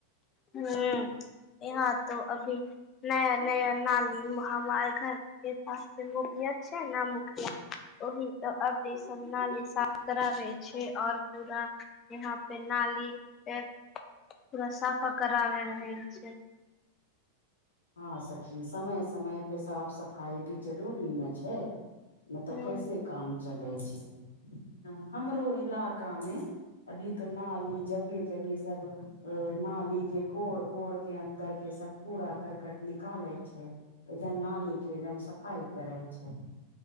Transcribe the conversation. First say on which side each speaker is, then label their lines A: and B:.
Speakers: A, on the left; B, on the left.
A: हु यहाँ तो अभी नया नया नाली में हमार घर ऐे पास से <unintelligible> छै न मुखिया ओहि त सब नाली साफ कराबै छै और पूरा यहाँ पे नाली पूरा साफा कराबे रहल छैय
B: हँ सखी समय समय पे साफ सफाइ भी जरूरी ने छैय नत
A: हूँ
B: कैसे काम चलै छै हमरो इलाका में अभी तो नाली जगहे जगहे सब अ नाली के कोड़ कोड़ के अन्दर के सब कूड़ा कर क्ट निकाले छै एकदम नाली के एकदम सफाई करे छै